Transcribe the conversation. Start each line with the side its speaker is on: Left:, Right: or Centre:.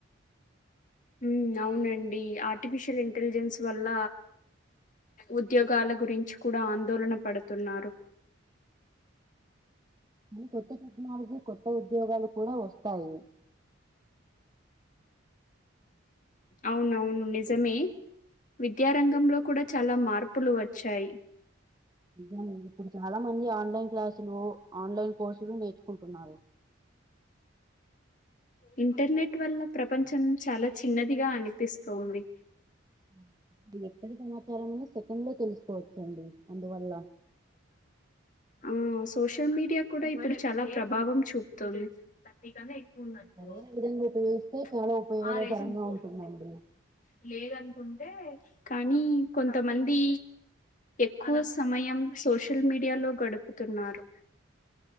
Left: ఉమ్ అవునండి ఆర్టిఫిషియల్ ఇంటెలిజెన్స్ వల్ల ఉద్యోగాల గురించి కూడా ఆందోళన పడుతున్నారు
Right: కానీ కొత్త టెక్నాలజీ కొత్త ఉద్యోగాలు కూడా వస్తాయి
Left: అవునవును నిజమే విద్యారంగంలో కూడా చాలా మార్పులు వచ్చాయి
Right: అం ఇప్పుడు చాలా మంది ఆన్లైన్ క్లాసులు ఆన్లైన్ కోర్సు చ నేర్చుకుంటున్నారు
Left: ఇంటర్నెట్ వల్ల ప్రపంచం చాలా చిన్నదిగా అనిపిస్తుంది
Right: ఉమ్ ఇది ఎక్కడి సమాచారం అన్నా సెకండ్ లో తెలుసుకోవచ్చ అండి అందువల్ల
Left: ఆ! సోషల్ మీడియా కూడా ఇప్పుడు చాలా ప్రభావం చూపుతోంది థర్టీ కన్నా ఎక్కువ ఉన్నడు
Right: సరైన విధంగా ఉపయోగిస్తే చాలా ఉపయోగకరంగా
Left: ఆ రేసి ముతుంది
Right: ఉంటుందండి
Left: లేదనుకుంట టె కానీ కొంతమంది ఎక్కువ సమయం సోషల్ మీడియాలో గడుపుతున్నారు.